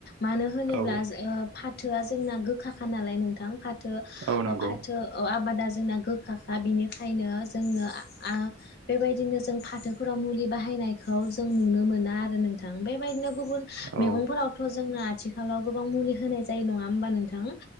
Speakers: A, on the left; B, on the right.
A: मानो होनोब्ला
B: औ
A: जो ओ फाथोआ जोंना गोखाखा नालाय नोंथां फाथो
B: औ नंगौ
A: ओ फाथो आबादा जोंना गोखाखा बिनिखायनो जोंनो बेबायदिनो जों फाथोफोराव मुलि बाहायनायखौ जों नुनो मोना आरो नों नोंथां बेबायदिनो गुबुन मैगंफोरावथ'
B: औ
A: जोंनो आथिखालाव गोबां मुलि होनाय जायो नङा होमबा नोंथां